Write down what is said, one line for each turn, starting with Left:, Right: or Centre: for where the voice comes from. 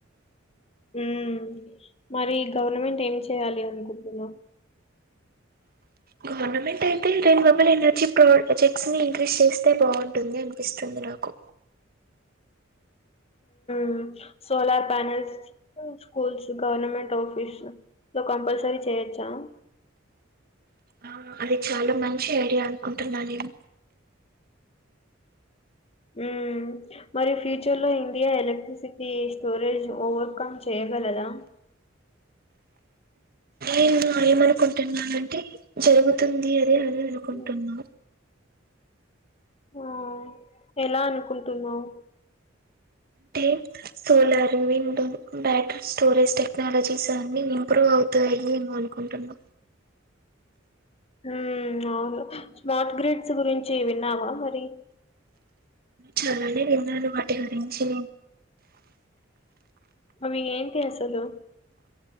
Left: మ్ మరి గవర్నమెంట్ ఏం చేయాలి అనుకుంటున్నావ్
Right: గవర్నమెంట్ అయితే రెనివబుల్ ఎనెర్జీ ప్రో ప్రొజెక్ట్స్ ని ఇంక్రీజ్ చేస్తే బాగుంటుంది అనిపిస్తుంది నాకు
Left: మ్ solar panels schools government office లో కంపల్సరీ చేయొచ్చా
Right: అవును అది చాలా మంచి ఐడియా అనుకుంటున్నా నేను
Left: ఉమ్ మరి ఫ్యూచర్ లో ఇండియా ఎలక్ట్రిసిటీ స్టోరేజ్ ఓవర్కమ్ చేయగలదా
Right: ఏందో ఏమనుకుంటున్నానంటే జరుగుతుంది అని అని అనుకుంటున్నా
Left: హ్మ్. ఆ! ఎలా అనుకుంటున్నావు
Right: టే సోలార్ మూవీ ఉంటుంది బ్యాట్రీ స్టోరేజ్ టెక్నాలజీస్ అన్ని ఇంప్రూవ్ అవుతాయి ఏమో అనుకుంటున్నా
Left: హూమ్ అవును స్మార్ట్ గ్రిడ్స్ గురించి విన్నావా మరి
Right: చాలానే విన్నాను వాటి గురించి
Left: అవి ఏంటి అసలు